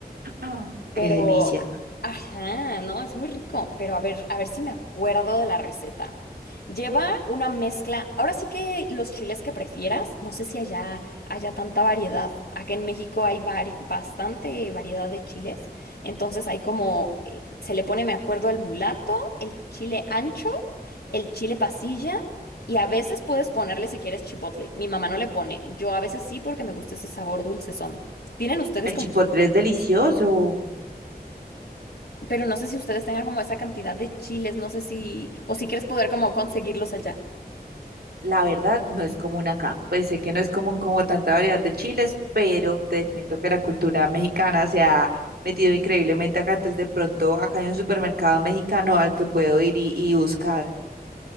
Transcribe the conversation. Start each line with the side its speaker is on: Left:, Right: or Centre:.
Right: Ah,
Left: Pero,
Right: qué delicia.
Left: ajá, no, es muy rico. Pero a ver, a ver si me acuerdo de la receta. Lleva una mezcla. Ahora sí que los chiles que prefieras, no sé si allá haya tanta variedad. Acá en México hay vari- bastante variedad de chiles. Entonces hay como, eh, se le pone, me acuerdo, el mulato, el chile ancho, el chile pasilla. Y a veces puedes ponerle si quieres chipotle. Mi mamá no le pone. Yo a veces sí porque me gusta ese sabor dulcezón. ¿Tienen ustedes
Right: El
Left: como
Right: chipotle es delicioso.
Left: Pero no sé si ustedes tengan como esa cantidad de chiles, no sé si, o si quieres poder como conseguirlos allá.
Right: La verdad, no es común acá. Pues sé que no es común como tanta variedad de chiles, pero te cuento que la cultura mexicana se ha metido increíblemente acá. Entonces, de pronto, acá hay un supermercado mexicano al que puedo ir y, y buscar.